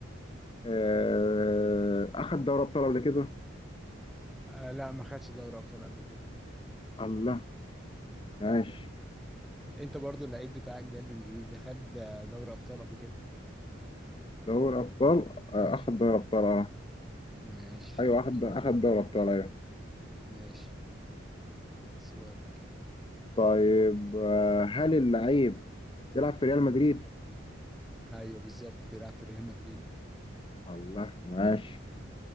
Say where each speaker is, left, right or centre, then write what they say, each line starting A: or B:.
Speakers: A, on the left (about 25°); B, in the centre.
A: آه، اخد دوري ابطال قبل كده؟
B: آه لا ما خدش دوري ابطال قبل كده
A: الله
B: <laughs>
A: ماشي
B: انت برضو اللعيب بتاعك ده الانجليزي ده خد آه، دوري ابطال قبل كده
A: دوري ابطال
B: مم.
A: آه، اخد دوري ابطال اه
B: ماشي
A: ايوه اخد اخد دوري ابطال ايوه
B: ماشي سؤالك
A: طيب آه، هل اللعيب بيلعب في ريال مدريد؟
B: ايوه بالظبط بيلعب في ريال مدريد
A: الله ماشي